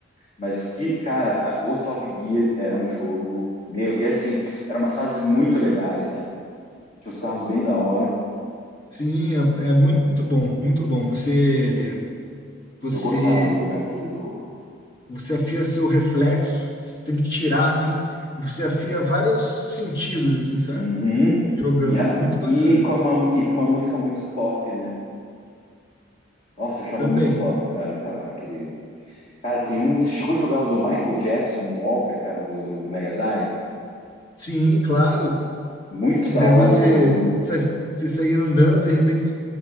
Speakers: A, on the left; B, on the left.
A: Mas que, cara, a- o Top Gear era um jogo meu. E assim, eram umas fases muito legais, né, cara? Tinha uns carros bem da hora.
B: sim, é, é muito bom, muito bom. Você, você,
A: Eu gostava de jogar aquele jogo.
B: você afia seu reflexo, você tem que tirar assim, e você afia vários sentidos assim, sabe?
A: Uhum.
B: Jogando,
A: E, a-
B: é muito bacana.
A: e, com uma, e com uma música muito top, né? Nossa, eu achava
B: Também.
A: muito top, cara, aquela- aquele... Cara, tem um... Você chegou a jogar o do Michael Jackson, um Walker, cara, do, do, do Mega Drive?
B: Sim, claro,
A: Muito
B: que
A: da
B: daí
A: hora
B: você
A: o jogo, né?
B: sai, você sair andando, de repente